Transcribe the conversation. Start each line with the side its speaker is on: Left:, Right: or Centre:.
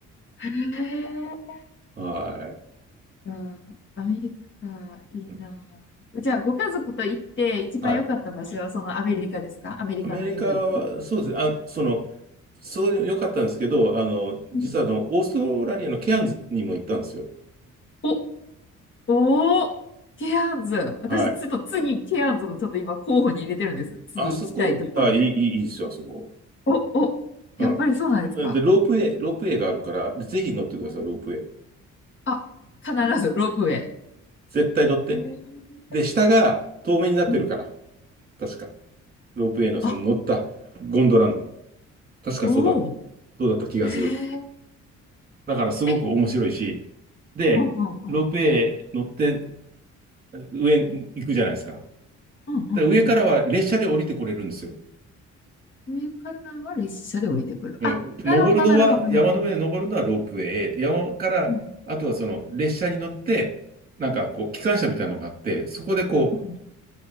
Left: へえ
Right: はい。
Left: あー、アメリカか、いいなあ。
Right: うん
Left: じゃあ、ご家族と行って一番良かった場所はそのアメリカですかアメリカのニューヨーク
Right: はい。アメリカは、そうですね。あ、その、そういう良かったんですけど、あの、実はあの、
Left: うん
Right: オーストラリアのケアンズにも行ったんですよ。
Left: お、おー、ケアンズ。私、
Right: はい。
Left: ちょっと次、ケアンズもちょっと今候補に入れてるんです。次行きたいところで。
Right: あそこ、あ、いい、いい、いいですよ、あそこ。
Left: お、お、やっぱりそうなんですか
Right: うん。で、ロープウェイ、ロープウェイがあるから、ぜひ乗ってください、
Left: うん
Right: ロープウェイ。
Left: あ、必ずロープウェ
Right: 絶対乗って。
Left: イ。へえ
Right: で、下が透明になってるから、
Left: うん。
Right: 確か。ロープウェイのその乗ったゴンドラの、
Left: あ、
Right: 確かそうだ、
Left: おお。
Right: そうだった気がする。
Left: へえ。
Right: だからすごく面白いし、
Left: え、
Right: で、
Left: うんうんうん。
Right: ロープウェイ乗って上に行くじゃないですか。
Left: うんうんうん。
Right: で、上からは列車で降りてこれるんですよ。
Left: 上からは列車で降りてくる。
Right: うん。
Left: あ、なるほど、
Right: 登るのは、
Left: なるほど、
Right: 山の上に登るのはロープウェイ。
Left: なるほど。
Right: 山から、
Left: うん
Right: あとはその列車に乗って、なんかこう、
Left: うん
Right: 機関車みたいなのがあって、そこでこ
Left: うん